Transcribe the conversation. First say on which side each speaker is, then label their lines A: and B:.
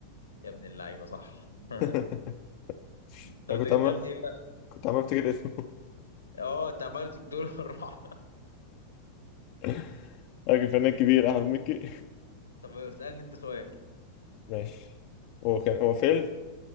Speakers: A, on the left; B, on the left.
A: يا ابن اللعيبه صح
B: <laughs>
A: <laughs> طب
B: أنا
A: انت
B: كنت
A: جبتها
B: عمال
A: من ايه بقى؟
B: كنت عمال أفتكر اسمه
A: اه انت عمال تقول الراحه
B: <laughs> راجل فنان كبير أحمد مكي
A: <laughs> طب اسالني انت سؤال
B: ماشي هو كان هو فيلم